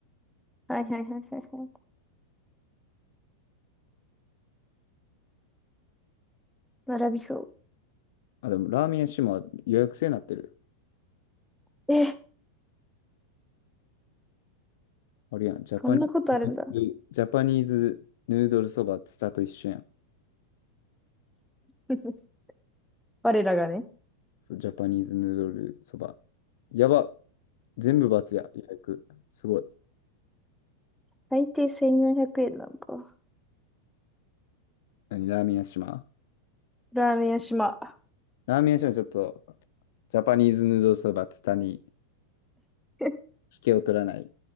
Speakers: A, in the centre; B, on the left.
A: はいはいはいはいはい。並びそ
B: あ、でもラーメン屋島は予約制になってる。
A: う。え、
B: あれやん。ジャパニーズ、
A: そんなことあるんだ。
B: ジャパニーズヌードルそばツタと一緒やん。
A: <laughs> 我らがね。
B: そう、ジャパニーズヌードルそば。やば。全部×や。予約。すごい。
A: 最低1400円なのか。
B: 何ラーメン屋島
A: ラーメン屋島。
B: ラーメン屋島はちょっと、ジャパニーズヌードルそばツタに
A: <laughs>
B: 引けを取らない